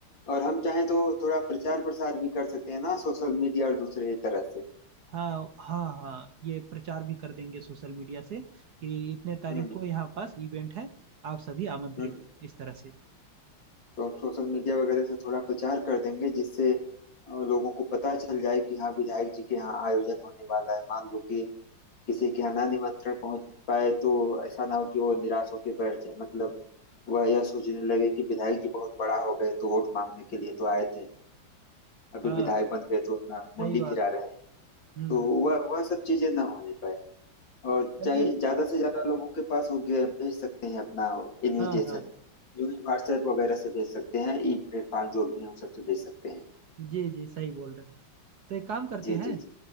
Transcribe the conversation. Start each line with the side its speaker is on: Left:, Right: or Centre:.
Left: और हम चाहें तो थोड़ा प्रचार प्रसार भी कर सकते हैं ना सोशल मीडिया और दूसरे तरह से
Right: हाँ हाँ हाँ ये प्रचार भी कर देंगे सोशल मीडिया से कि इतने तारीख
Left: हम्म
Right: को यहाँ पास इवेंट है आप सभी आमंत्रित
Left: हम्म
Right: हैं इस तरह से
Left: तो हम सोशल मीडिया वगैरह से थोड़ा प्रचार कर देंगे जिससे अ, लोगों को पता चल जाए कि हाँ विधायक जी के यहाँ आयोजन होने वाला है मान लो कि किसी के यहाँ ना निमंत्रण पहुंच पाए तो ऐसा ना हो कि वो निराश होकर बैठ जाए मतलब वह यह सोचने लगे कि विधायक जी बहुत बड़ा हो गए तो वोट मांगने के लिए तो आए थे अभी
Right: हाँ
Left: विधायक
Right: हाँ
Left: बन गए तो अपना
Right: सही
Left: मुंडी
Right: बात
Left: फिरा
Right: है
Left: रहे हैं
Right: हम्म
Left: तो वह वह सब चीजें ना होने पाए और
Right: चलिए
Left: चाहे
Right: ठीक
Left: ज्यादा से ज्यादा लोगों के पास हो गया भेज सकते हैं अपना इनविटेशन
Right: हाँ हाँ
Left: जो है व्हाट्सएप वगैरह से भेज सकते हैं ई प्लेटफॉर्म जो भी है उन सबसे भेज सकते हैं
Right: जी जी सही बोल रहे हैं तो एक काम करते
Left: जी
Right: हैं
Left: जी जी